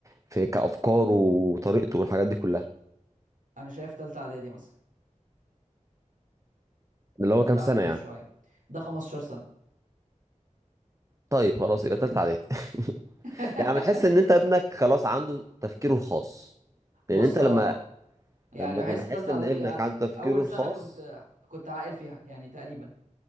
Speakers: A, on the right; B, on the right.
A: في كأفكاره وطريقته والحاجات دي كلها
B: <laughs> انا شايف تالتة اعدادي مثلا
A: اللي هو
B: تالتة
A: كام
B: اعدادي
A: سنة يعني
B: شويه ده 15 سنه
A: طيب خلاص يبقى تالتة إعدادي <laughs>
B: <laughs>
A: يعني بتحس إن أنت ابنك خلاص عنده تفكيره الخاص
B: بص
A: لأن أنت
B: اه
A: لما
B: يعني
A: لما
B: بحس
A: لما
B: تالتة
A: تحس
B: اعدادي
A: إن ابنك
B: أ-
A: عنده تفكيره
B: اول سنه
A: الخاص
B: كنت كنت عاقل فيها يعني تقريبا